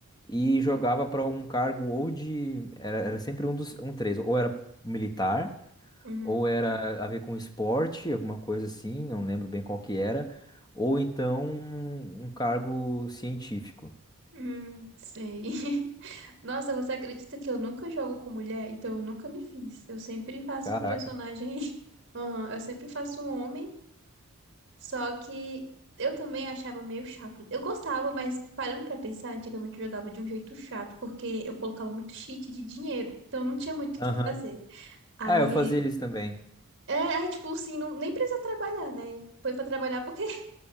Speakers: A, on the left; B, on the right.
A: E jogava para um cargo ou de. Era, era sempre um dos. Um três. Ou era militar,
B: Uhum.
A: ou era a ver com esporte, alguma coisa assim, não lembro bem qual que era, ou então um um cargo científico.
B: Hum, sei. <laughs> Nossa, você acredita que eu nunca jogo com mulher? Então eu nunca me fiz. Eu sempre faço
A: Caraca.
B: um personagem. <laughs> Aham, eu sempre faço um homem. Só que eu também achava meio chato. Eu gostava, mas parando pra pensar, antigamente eu jogava de um jeito chato, porque eu colocava muito cheat de dinheiro. Então não tinha muito o
A: Aham.
B: que fazer. Aí,
A: Ah, eu fazia isso também.
B: é, aí tipo assim, não, nem precisa trabalhar, né? Foi pra trabalhar porque <laughs>